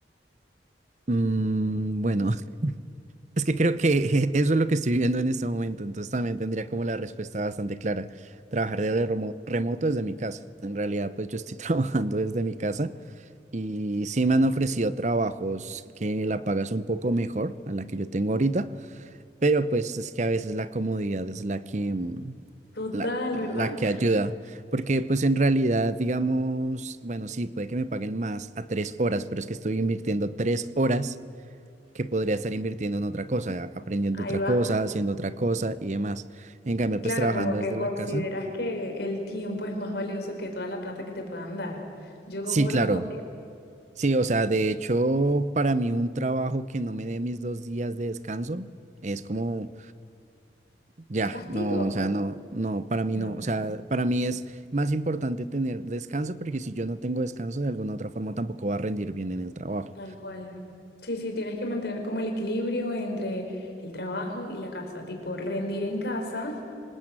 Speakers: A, on the right (about 40°); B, on the left (about 60°).
A: Mm, bueno, <laughs> es que creo que <laughs> eso es lo que estoy viviendo en este momento. Entonces también tendría como la respuesta bastante clara. Trabajar desde remo- remoto desde mi casa. En realidad, pues yo estoy <laughs> trabajando desde mi casa y sí me han ofrecido trabajos que la pagas un poco mejor a la que yo tengo ahorita Pero pues es que a veces la comodidad es la que, mm,
B: Total,
A: la, la
B: ¿verdad?
A: que ayuda. Porque pues en realidad, digamos, bueno, sí, puede que me paguen más a tres horas, pero es que estoy invirtiendo tres horas que podría estar invirtiendo en otra cosa, aprendiendo
B: Ahí
A: otra
B: va.
A: cosa, haciendo otra cosa y demás. En cambio,
B: Claro,
A: pues trabajando
B: como que
A: desde
B: consideras
A: la casa.
B: que el tiempo es más valioso que toda la plata que te puedan dar. Yo
A: Sí,
B: concuerdo
A: claro.
B: contigo.
A: Sí, o sea, de hecho, para mí un trabajo que no me dé mis dos días de descanso es como Ya,
B: ¿Un castigo?
A: no, o sea, no, no, para mí
B: No.
A: no, o sea, para mí es más importante tener descanso porque si yo no tengo descanso de alguna otra forma tampoco va a rendir bien en el trabajo.
B: Tal cual. Sí, sí, tienes que mantener como el equilibrio entre el trabajo y la casa, tipo rendir en casa,